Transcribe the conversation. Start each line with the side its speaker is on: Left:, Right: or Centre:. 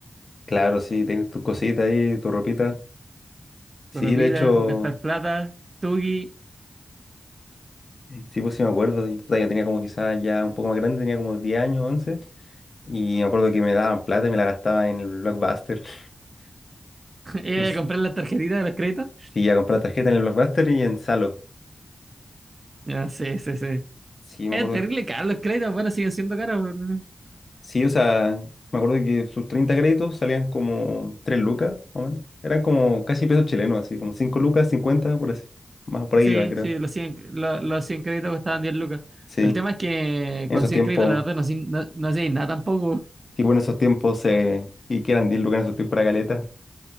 Left: claro, sí, tienes tus cositas ahí, tu ropita. Sí,
Right: repita,
Left: de hecho,
Right: gastar plata, Tugi,
Left: sí, pues sí me acuerdo. y, puta, Yo tenía como quizás ya un poco más grande, tenía como 10 años, once Y me acuerdo que me daban plata y me la gastaba en el Blockbuster. <laughs>
Right: <laughs> iba
Left: No sé,
Right: a comprar las tarjetitas de los créditos.
Left: sí, a comprar tarjeta en el Blockbuster y en Salo.
Right: Ya, sí, sí, sí.
Left: Sí, me
Right: Es
Left: acuerdo.
Right: terrible
Left: que-
Right: caro los créditos, bueno, siguen siendo caros. pero- no.
Left: Sí, o sea, me acuerdo que sus 30 créditos salían como 3 lucas, más o menos. Eran como casi pesos chilenos, así, como 5 lucas, 50 por así. Más por ahí
Right: Sí,
Left: iba, creo.
Right: sí, los cien, lo- los 100 créditos costaban 10 lucas.
Left: Sí.
Right: El tema es que
Left: En
Right: con
Left: esos
Right: 100
Left: tiempos,
Right: créditos, la verdad, no, hacían- no, no hacían nada tampoco.
Left: tipo en esos tiempos, eh, y quieran 10 lucas en esos tiempos para caleta.